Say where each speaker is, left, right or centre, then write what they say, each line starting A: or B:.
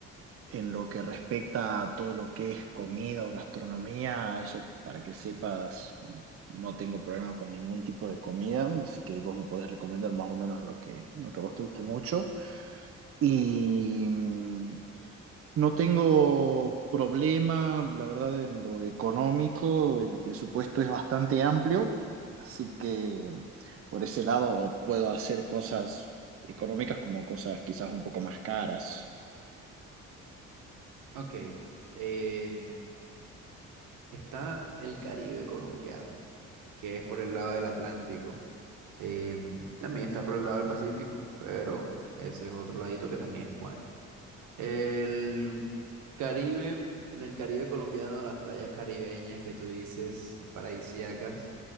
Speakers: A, on the right (about 50°); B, on the right (about 80°).
A: en lo que respecta a todo lo que es comida o gastronomía, eso para que sepas, no tengo problema con ningún tipo de comida, así que vos me podés recomendar más o menos lo que, lo que a vos te guste mucho. Y mm, no tengo problema, la verdad, en lo económico, el presupuesto es bastante amplio, así que mm, por ese lado puedo hacer cosas económicas como cosas quizás un poco más caras.
B: Ok, eh, está el Caribe colombiano, que es por el lado del Atlántico. Eh, también está por el lado del Pacífico, pero ese es otro ladito que también es bueno. El Caribe, en el Caribe colombiano, las playas caribeñas que tú dices, paradisíacas,